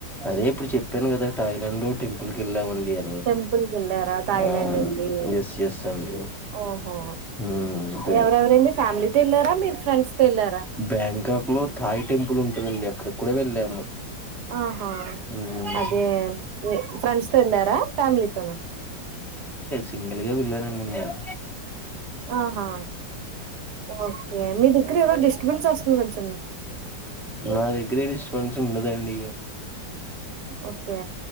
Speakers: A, in the centre; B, on the right.
A: అదే ఇప్పుడు చెప్పాను కదా థాయిలాండ్ టెంపుల్కి వెళ్ళమన్ యా
B: టెంపుల్ కి వెళ్ళారా థాయిలాండ్
A: వా
B: వెళ్ళి
A: ఎస్ ఎస్ అండి
B: ఓహో
A: అంతే
B: ఎవరెవరండి ఫ్యామిలీతో వెళ్ళారా మీరు ఫ్రెండ్స్ తో వెళ్ళారా
A: బ్యాంకాక్ లో థాయి టెంపుల్ ఉంటందండి. అక్కడికి కూడా వెళ్ళాము.
B: ఆహా
A: హ్మ్.
B: అదే ఫ్రెండ్స్ తో వెళ్ళారా ఫ్యామిలీతోనా
A: సింగిల్ గా వెళ్లానండినేను
B: ఆహా ఓకే మీ దగ్గర డిస్టబెన్స్ వస్తున్ ని
A: నా దగ్గర ఏ డిస్టబెన్స్ ఉండదండి.
B: ఓకే